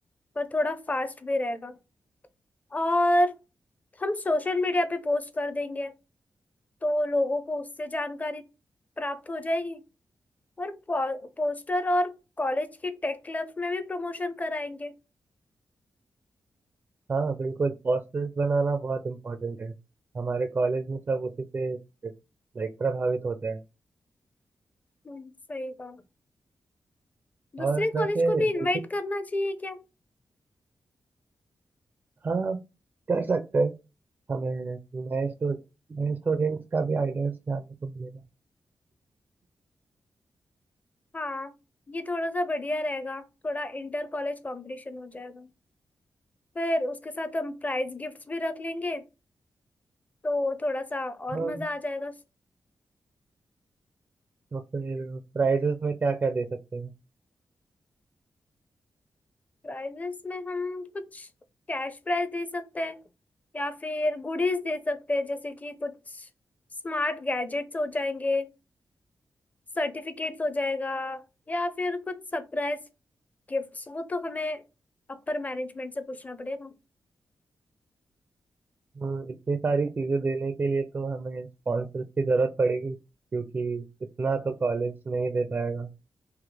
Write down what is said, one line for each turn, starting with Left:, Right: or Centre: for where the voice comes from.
Left: पर थोड़ा फास्ट भी रहेगा और हम सोशल मीडिया पे पोस्ट कर देंगे तो लोगों को उससे जानकारी प्राप्त हो जाएगी और पो, पोस्टर और कॉलेज के टेक क्लब्स में भी प्रमोशन कराएंगे
Right: हाँ बिल्कुल पोस्टर्स बनाना बहुत इम्पोर्टेंट है हमारे कॉलेज में सब उसी से लाइक प्रभावित होते हैं
Left: हम्म, सही कहा दूसरे
Right: और वैसे
Left: कॉलेज को भी
Right: दूसरी
Left: इनवाइट करना चाहिए क्या
Right: हाँ कर सकते हैं हमें नए स्टूडेंट नए स्टूडेंट्स का भी आइडियाज जानने को मिलेगा
Left: हाँ ये थोड़ा सा बढ़िया रहेगा थोड़ा इंटर कॉलेज कंपटीशन हो जाएगा फिर उसके साथ हम प्राइज गिफ्ट्स भी रख लेंगे तो थोड़ा सा और
Right: हाँ
Left: मजा आ जाएगा
Right: तो फिर प्राइजेस में क्या क्या दे सकते हैं
Left: प्राइजेस में हम कुछ कैश प्राइज दे सकते हैं या फिर गुडीज दे सकते हैं जैसे कि कुछ स्मार्ट गैजेट्स हो जाएंगे सर्टिफिकेट्स हो जाएगा या फिर कुछ सरप्राइज गिफ्ट्स वो तो हमें अपर मैनेजमेंट से पूछना पड़ेगा
Right: हम्म, इतनी सारी चीजें देने के लिए तो हमें स्पॉन्सर्स की जरूरत पड़ेगी क्योंकि इतना तो कॉलेज नहीं दे पाएगा